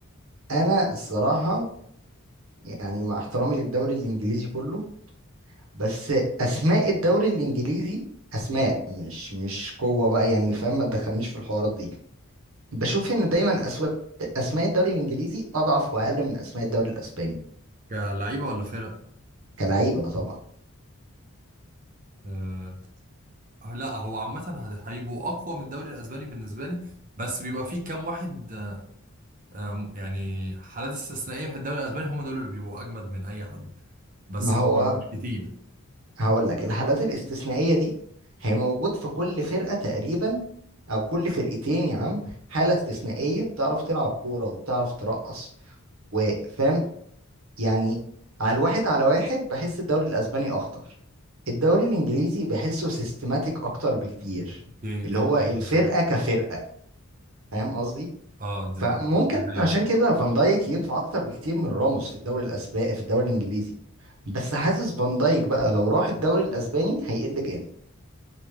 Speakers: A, on the right (about 70°); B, on the right (about 35°).
A: انا الصراحه يعني مع احترامي للدوري الانجليزي كله بس اسماء الدوري الانجليزي اسماء مش مش قوه بقى يعني فاهم ما تدخلنيش في الحوارات دي بشوف ان دايما أسو... اسماء الدوري الانجليزي اضعف واقل من اسماء الدوري الاسباني
B: كلعيبة ولا فرق
A: كلعيبه طبعا
B: آه لا هو عامة هت- هيبقوا أقوى من الدوري الأسباني بالنسبة لي بس بيبقى فيه كام واحد آه، آم، يعني حالات استثنائية في الدوري الأسباني هم دول اللي بيبقوا أجمد من أي حد بس
A: ما
B: مش
A: هو
B: كتير
A: هقول لك الحالات الاستثنائية دي هي موجود في كل فرقة تقريبا أو كل فرقتين يا عم حالة استثنائية بتعرف تلعب كورة وبتعرف ترقص وفاهم يعني على الواحد على واحد بحس الدوري الأسباني أخطر الدوري الإنجليزي بحسه سيستماتيك أكتر بكتير
B: دي
A: اللي
B: دي
A: هو
B: حقيقة
A: الفرقة
B: فعلا.
A: كفرقة فاهم قصدي؟
B: اه دي
A: فممكن
B: دي حقيقة
A: عشان كده فان دايك ينفع أكتر بكتير من راموس في الدوري الأسباني في الدوري الإنجليزي بس حاسس فان دايك بقى لو راح الدوري الأسباني هيقل جامد